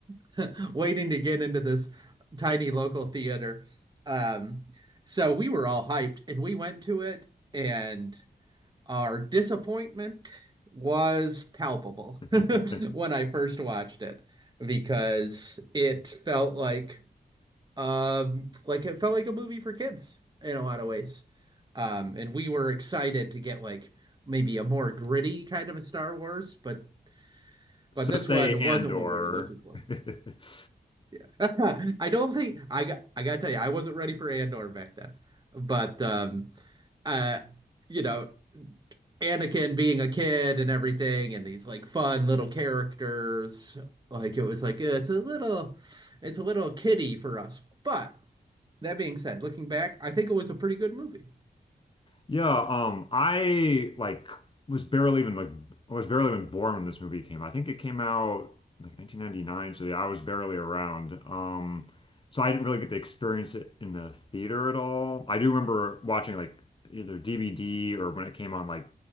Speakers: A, on the right; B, on the left.
A: <laughs> waiting to get into this tiny local theater. Um, so we were all hyped and we went to it and our disappointment was palpable
B: <laughs>
A: <laughs> when I first watched it because it felt like um like it felt like a movie for kids in a lot of ways. Um and we were excited to get like maybe a more gritty kind of a Star Wars, but
B: So
A: but this
B: say
A: one
B: Andor.
A: wasn't what we were looking for.
B: <laughs>
A: <laughs> I don't think I got I gotta tell you, I wasn't ready for Andor back then. But um uh you know Anakin being a kid and everything, and these like fun little characters. Like it was like uh, it's a little, it's a little kiddie for us. But that being said, looking back, I think it was a pretty good movie.
B: Yeah, um, I like was barely even like I was barely even born when this movie came out. I think it came out like 1999, so yeah, I was barely around. Um, so I didn't really get to experience it in the theater at all. I do remember watching like either DVD or when it came on like